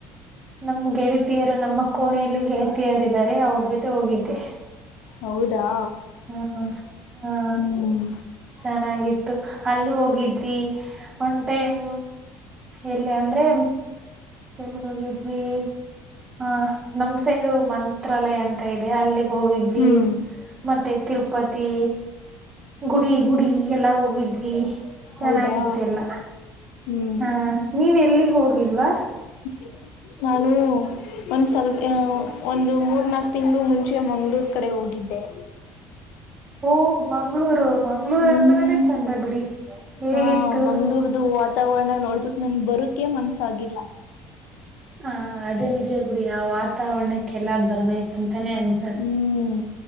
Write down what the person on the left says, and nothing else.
ಹೌದಾ
ಹ್ಮ್
ಹ್ಮ್
ಹೌದಾ
ಹ್ಮ್
ಹ <inaudible> ನಾನು ಒಂದ್ಸಲ್ ಹ ಒಂದು ಮೂರ್ ನಾಕ್ ತಿಂಗಳ್ ಮುಂಚೆ ಮಂಗ್ಗಳೂರ್ ಕಡೆ ಹೋಗಿದ್ದೆ.
ಹ್ಮ್
ಹಾ ಮಂಗ್ಳೂರ್ದು ವ್ ತಾವಣ ನೋಡ್ಬಿಟ್ಟು ನನ್ಗ್ ಬರಕೆ ಮನ್ಸಾಗಿಲ್ಲಾ.
ಹ್ಮ್